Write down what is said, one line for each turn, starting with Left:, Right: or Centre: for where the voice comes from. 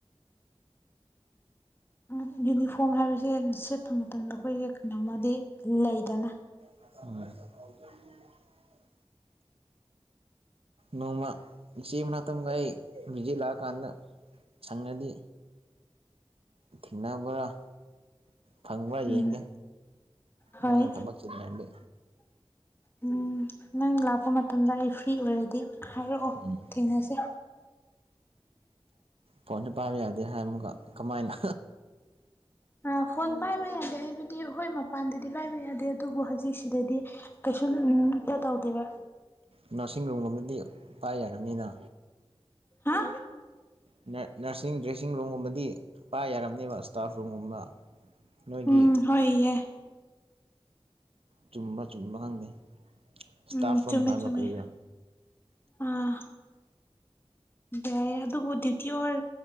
Left: ꯎ ꯌꯨꯅꯤꯐꯣꯔꯝ ꯍꯥꯏꯕꯁꯦ ꯁꯦꯠꯄ ꯃꯇꯝꯗ ꯑꯩꯈꯣꯏꯒꯤ ꯀꯩꯅꯣꯝꯃꯗꯤ ꯂꯩꯗꯅ
Right: <unintelligible> ꯅꯣꯡꯃ ꯏ ꯆꯦ ꯃ ꯃꯇꯝ ꯀꯥꯏ ꯕꯤꯖ ꯂꯥꯛꯑꯀꯥꯟꯗ ꯁꯪꯒꯗꯤ ꯊꯦꯡꯅꯕ꯭ꯔꯥ ꯐꯪꯕ꯭ꯔꯥ ꯌꯦꯡꯒꯦ
Left: ꯎꯝ ꯍꯣꯏ
Right: ꯅꯪ ꯊꯕꯛ ꯆꯤꯟꯂꯗꯤ
Left: ꯎꯝ ꯅꯪ ꯂꯛ ꯄ ꯃꯇꯝꯗ ꯑꯩ ꯐ꯭ꯔꯤ ꯑꯣꯏꯔꯗꯤ ꯍꯥꯏꯔꯛꯑꯣ
Right: ꯎꯝ
Left: ꯊꯦꯡꯅꯁꯦ
Right: ꯐꯣꯟꯁꯨ ꯄꯥꯏꯕ ꯌꯥꯗꯦ ꯍꯥꯏ ꯑꯃꯨꯀ ꯀꯃꯥꯏꯅ
Left: ꯑ ꯐꯣꯟ ꯄꯥꯏꯕ ꯌꯥꯗꯦ ꯍꯥꯏꯕ ꯗꯤ ꯍꯣꯏ ꯃꯄꯥꯟꯗꯗꯤ ꯄꯥꯏꯕ ꯌꯥꯗꯦ ꯑꯗꯨꯕꯨ ꯍꯧꯖꯤꯛꯁꯤꯗꯗꯤ ꯀꯩꯁꯨꯝꯇ ꯇꯧꯗꯦꯕ
Right: ꯅꯔꯁꯤꯡ ꯔꯨꯝꯒꯨꯝꯕꯗꯤ ꯄꯥꯏ ꯌꯥꯝꯅꯤꯅ
Left: ꯍꯥ
Right: ꯅ ꯅꯔꯁꯤꯡ ꯗ꯭ꯔꯦꯁꯤꯡ ꯔꯨꯝꯒꯨꯝꯕꯗꯤ ꯄꯥꯏ ꯌꯥꯔꯝꯅꯦꯕ ꯏꯁꯇꯥꯐ ꯔꯨꯝꯒꯨꯝꯕ ꯅꯣꯏꯒꯤ
Left: ꯎꯝ ꯍꯣꯏꯌꯦ
Right: ꯆꯨꯝꯕ ꯆꯨꯝꯕ ꯈꯪꯗꯦ ꯏꯁꯇꯥꯐ
Left: ꯎꯝ ꯆꯨꯝꯃꯦ
Right: ꯔꯨꯝ ꯍꯥꯏꯕ
Left: ꯆꯨꯝꯃꯦ
Right: ꯀꯔꯤꯔꯥ
Left: ꯑꯥ ꯌꯥꯏꯌꯦ ꯑꯗꯨꯕꯨ ꯗ꯭ꯌꯨꯇꯤ ꯑꯣꯔ